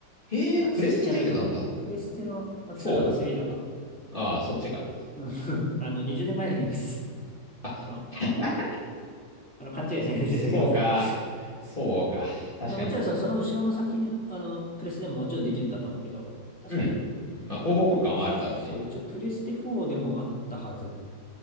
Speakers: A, on the left; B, in the centre.
A: へえ、
B: あ、
A: プレステに出てたんだ。
B: 3じゃないかも。プレステの、まあ、
A: 4?
B: 2だか3だか。
A: ああ、そっちか。
B: うん <laughs> あの、20年前のゲームです。
A: あ、
B: あの、<laughs>
A: <laughs>
B: あの、勘違いしないでいただきますか。
A: そうか。そうか。確かに。
B: まあ、もちろんそ、その後ろの作品でも、あの、プレステでももちろんできるんだと思うけど、確かね、
A: うん。まあ、広報互換はあるだろうね。
B: プレス、そう、一応プレステ4でもあったはず